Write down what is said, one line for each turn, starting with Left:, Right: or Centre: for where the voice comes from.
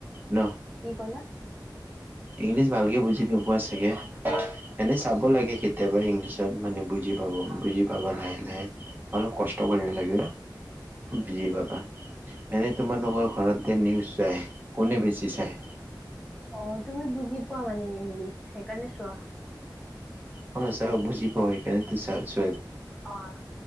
Right: ন?
Centre: কি ক'লা?
Right: ইংলিছ ভালকে বুজি নোপোৱা চাগে? এনে চাব লাগে কেতিয়াবা ইংলিছত মানে বুজি পাব বুজি পাবা লাহে লাহে অলপ ক কষ্ট কৰিব লাগিব বুজি পাবা। এনেই তোমালোকৰ ঘৰতে যে নিউজ চাই কোনে বেছি চায়?
Centre: অ' তুমি বুজি পোৱা মানে ইংলিছ সেইকাৰণে চোৱা।
Right: হয়, চাওঁ বুজি পাওঁ সেইকাৰণেতো চাই আছোঁ।
Centre: অ'